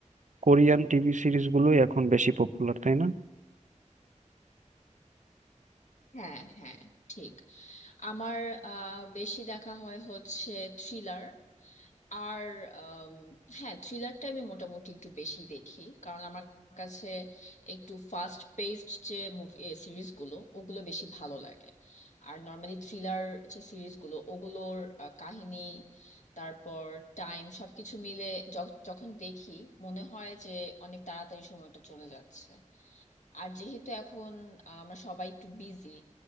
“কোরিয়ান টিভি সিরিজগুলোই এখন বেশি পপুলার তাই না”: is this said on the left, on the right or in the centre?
Right